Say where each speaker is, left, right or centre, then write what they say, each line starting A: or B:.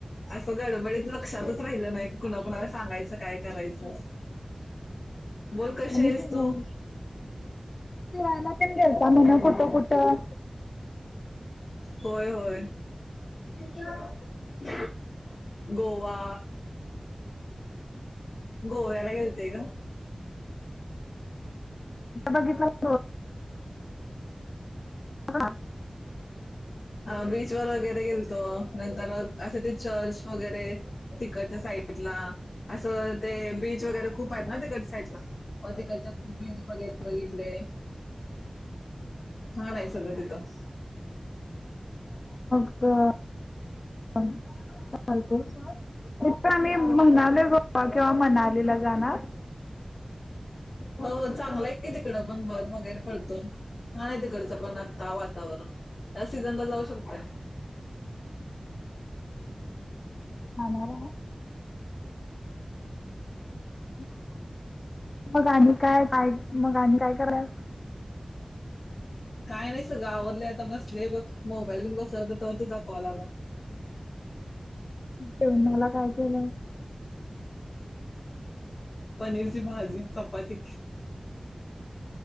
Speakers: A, on the left; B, on the left.
A: असं गडबडीत लक्षातच राहिलं नाही कुणा कुणाला सांगायचं काय करायचं. बोल कशी
B: आणि
A: आहेस
B: की
A: तू?
B: नाही फिरायला तेन गेलता म्हण कुठं कुठं
A: होय होय. ह तुझ गोवा. गोव्याला गेलते ग.
B: बघितला <unintelligible> अ आ
A: अ बीच वर वगैरे गेलतो नंतर असं ते चर्च वगैरे तिकच्या साईटला असं ते बीच वगैरे खूप आहेत ना तिकच्या साईडला व तिकच्या बीच वगैरे बघितले. हा नाही सगळं तिथं
B: तरां चालत तथ आम्ही म्हणाल गो किंवा मनालीला राणार
A: हो चांगला आहे तिकडं पण भर वगैरे फडतो छान आहे तिकडचं पण आत्ता वातावरण या सीझनला जाऊ शकतय
B: आ मार
A: हम
B: मग आणि काय पाहि मग आणि काय कराय
A: काय नाही सगं आवडले आता बसले बघ मोबाईल घेऊन बसता तर तुझा कॉल आला
B: ते्हाला काय केलं
A: पनीरची भाजी चपाती